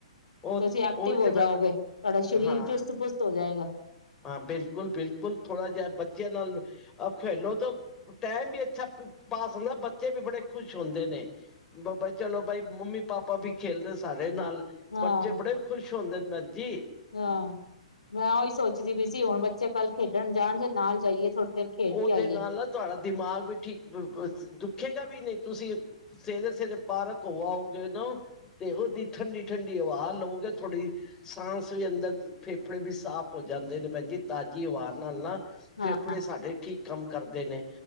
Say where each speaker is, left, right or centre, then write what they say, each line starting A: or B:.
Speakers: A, on the left; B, on the left.
A: ਉਹ
B: ਤੁਸੀਂ ਐਕਟਿਵ
A: ਉਹੀ ਤੇ
B: ਹੋ ਜਾਓਗੇ, ਤੁਆਡਾ ਸਰੀਰ
A: ਹਾਂ
B: ਚੁਸਤ- ਫੁਸਤ ਹੋ ਜਾਏਗਾ।
A: ਹਾਂ, ਬਿਲਕੁਲ-ਬਿਲਕੁਲ, ਥੋੜਾ ਜਿਆ ਬੱਚਿਆਂ ਨਾਲ ਅ ਖੇਲੋ ਤੇ ਟੈਮ ਵੀ ਅੱਛਾ ਪ-ਪਾਸ ਹੁੰਦਾ, ਬੱਚੇ ਵੀ ਬੜੇ ਖੁਸ਼ ਹੁੰਦੇ ਨੇ। ਬ-ਬ‌ਈ, ਚਲੋ ਬਈ, ਮੰਮੀ ਪਾਪਾ ਵੀ ਖੇਲਦੇ ਸਾਰੇ ਨਾਲ,
B: ਹਾਂ
A: ਬੱਚੇ ਬੜੇ ਖੁਸ਼ ਹੁੰਦੇ ਨੇ ਜੀ।
B: ਹਾਂ, ਮੈਂ ਓਹੀ ਸੋਚਦੀ ਪਈ ਸੀ, ਹੁਣ ਬੱਚੇ ਕੱਲ੍ਹ ਖੇਡਣ ਜਾਣਗੇ ਨਾਲ ਜਾਈਏ ਥੋੜ੍ਹੀ ਦੇਰ ਖੇਡ
A: ਓਦੇ
B: ਕੇ ਆਈਏ
A: ਨਾਲ ਨਾ ਤੁਹਾਡਾ ਦਿਮਾਗ ਵੀ ਠੀਕ ਬ-ਬ ਦੁਖੇਗਾ ਵੀ ਨਹੀਂ। ਤੁਸੀਂ ਸਵੇਰੇ-ਸਵੇਰੇ ਪਾਰਕ ਘੁੰਮ ਆਓਗੇ ਨਾ ਤੇ ਓਦੀ ਦੀ ਠੰਡੀ-ਠੰਡੀ ਹਵਾ ਲਵੋਗੇ ਥੋੜ੍ਹੀ ਸਾਂਸ ਵੀ ਅੰਦਰ, ਫੇਫੜੇ ਵੀ ਸਾਫ਼ ਹੋ ਜਾਂਦੇ ਨੇ ਭੈਣ ਜੀ, ਤਾਜ਼ੀ ਹਵਾ ਨਾਲ ਨਾ
B: ਹਾਂ
A: ਫੇਫੜੇ ਸਾਡੇ ਠੀਕ ਕੰਮ ਕਰਦੇ ਨੇ।